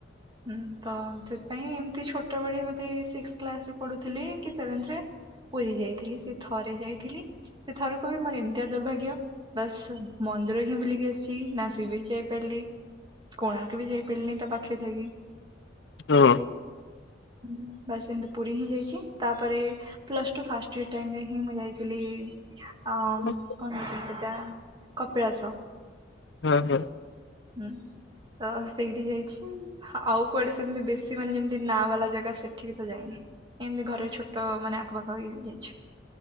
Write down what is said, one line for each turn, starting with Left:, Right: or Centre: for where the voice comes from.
Right: ହୁଁ ତ ସେଥିପାଇଁ ଏମତି ଛୋଟବେଳେ ବୋଧେ ସିକ୍ସ କିଲାସରେ ପଢୁଥିଲି କି ସେଭେନ୍ ତ୍ରେର୍ ପୁରୀ ଯାଇଥିଲି ସେ ଥରେ ଯାଇଥିଲି ସେ ଥରକୁ ବି ମୋର ଏମିତିଆ ଦୁର୍ଭାଗ୍ୟ ବାସ୍ ମନ୍ଦିର ହିଁ ବୁଲିି ଆସିଛି ନା ସିବିଜ୍ ଯାଇପାଲି କୋଣାର୍କ ବି ଯାଇ ପିଲି ତା ପାଖରେ କି।
Left: ହଁ।
Right: ହୁଁ ବାସ୍ ଏମିତି ପୁରୀ ହିଁ ଯାଇଛି। ତାପରେ ପ୍ଲସ୍ ଟୁ ଫାଷ୍ଟିଅର ଟିଇମ୍ ରେ ହଁ ମୁଁ ଯାଇଥିଲି। ଅ
Left: ହଁ
Right: କଣ ହେଇଛନ୍ତି ସେଟା କପିଳାସ
Left: ହଁ ହଁ।
Right: ହୁଁ ତ ସେଇଠି ଯାଇଛି। ଆଉ କୁଆଡେ ସେମିତି ବେଶୀ ମାନେ ଯେମିତି ନାଁ ବାଲା ଜାଗା ସେଠିକି ତ ଯାଇନି। ଏମିତି ଘରେ ଛୋଟ ମାନେ ଆଖପଖ ହେଇ ଯାଇଛି।